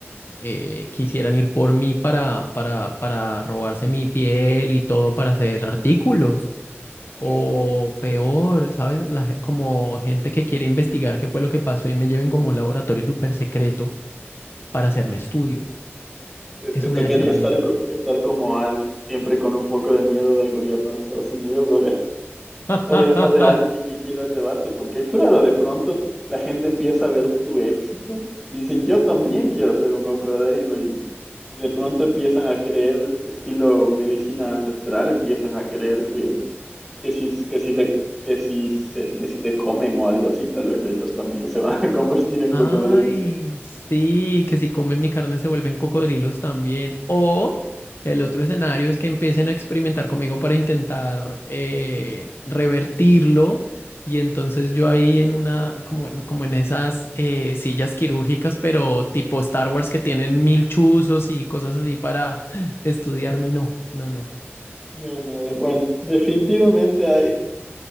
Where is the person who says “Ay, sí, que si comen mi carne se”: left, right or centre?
Left